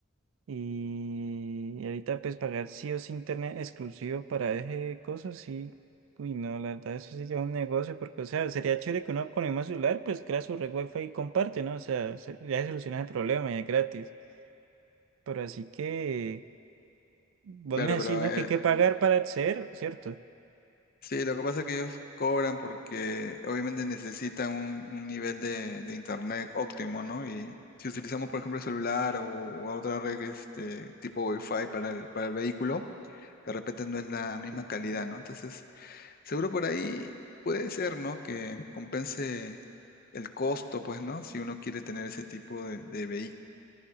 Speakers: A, on the right (about 70°); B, on the left (about 45°).
A: Y, y ahorita, pues, pagar sí o sí internet exclusivo para ese coso, sí. Uy, no, la verdad, eso sí ya es un negocio, porque, o sea, sería chévere que uno con el mismo celular, pues, crea su red wifi y comparte, ¿no? O sea, se- ya se soluciona el problema y es gratis. Pero así que vos
B: Claro,
A: me decís,
B: pero
A: ¿no?
B: eh,
A: Que hay que pagar para acceder, ¿cierto?
B: Sí, lo que pasa es que ellos cobran porque obviamente necesitan un, un nivel de, de internet óptimo, ¿no? Y si utilizamos, por ejemplo, el celular o, o otra red este, tipo Wi-Fi para el, para el vehículo, de repente no es la misma calidad, ¿no? Entonces, seguro por ahí puede ser, ¿no? Que compense el costo, pues, ¿no? Si uno quiere tener ese tipo de, vehículos.